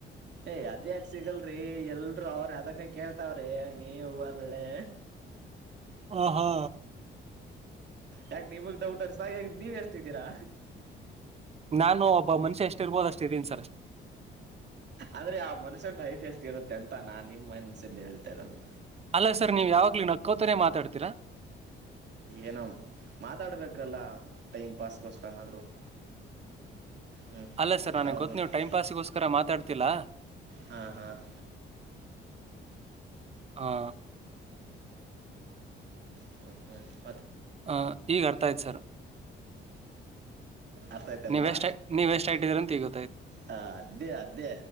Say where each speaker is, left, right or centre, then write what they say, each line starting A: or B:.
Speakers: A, on the right (about 60°); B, on the right (about 30°).
A: ಏ ಅದ್ಯಾಕ ಸಿಗಲ್ರಿ ಎಲ್ರುೂ ಅವ್ರರು ಅದನ್ನೇ ಕೇಳ್ತಾವ್ರಿ ನೀವ ಬರ್ಳ <inaudible>
B: ಹ ಹಾ
A: ಯಾಕ ನಿಮಗ್ ಡೌಟ್ ಅನ್ಸತ ಹಾಗ ನೀವ ಎಷ್ಟಿದ್ದೀರಾ
B: ನಾನು ಒಬ್ಬ ಮನುಷ್ಯ ಎಷ್ಟ ಇರ್ಬೋದ ಅಷ್ಟೇ ಇದೀಿ ಸರ್
A: ಅಂದ್ರೆ ಆ ಮನುಷ್ಯನ ೈಟ್ ಎಷ್ಟ ಇರುತ್ತೆ ಅಂತ ನಾ ನಿಮ್ ಮನ್ಸ್ದ ಹೇಳ್ತರೋದು
B: ಅಲ್ಲ ಸರ್ ನೀವು್ ಯಾವಾಗ್ಲ ನಕ್ಕೋತಾನೇ ಮಾತಾಡ್ತೀರಾ
A: ಏನ ಮಾತಾಡ್ಬೇಕಲ್ಲ ಟೈಮ್ ಪಾಸ್ಗೋಸ್ಕರನಾದರೂ <inaudible> ಹ್ಮ್
B: ಅಲ್ಲ ಸರ್ ನನಗೆ
A: ಹೌದಲ್ವಾ
B: ಗೊತ್ತು ನೀವು ಟೈಮ್ ಪಾಸ್ಗೋಸ್ಕರ ಮಾತಾಡ್ತಿಲ್ಲ
A: ಹಾ ಹಾ ಹ
B: ಹಾ
A: ಹ್ಮ ಹಾ
B: ಹ ಈಗ ಅರ್ಥಯ್ತ್ ಸರ್
A: ಅತಾಯ ತಲ್ಲವಾ
B: ನೀವೆಷ್ಟು ನೀವೆಷ್ಟು ಇಟ್ಟಿದ್ದೀರಿ ಅಂತ ಈಗ ಗೊತ್ತಾಯ್ತು
A: ಹ ಅದೇ ಅದೇ